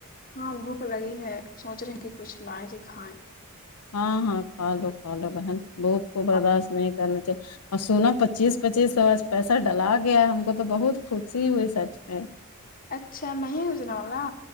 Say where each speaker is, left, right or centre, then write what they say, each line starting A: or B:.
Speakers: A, on the left; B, on the left.
A: ہاں بھوک لگی ہے سوچ رہے ہیں کہ کچھ لائے کہ کھائیں
B: ہاں ہاں کھا لو کھا لو بہن بھوک کو برداشت
A: آ-
B: نہیں کرنی چاہیے اور سونا پچیس پچیس سوس پیسہ ڈلا گیا ہم کو تو بہت خوشی ہوئی سچ میں
A: اچھا میںیں گجنا والگا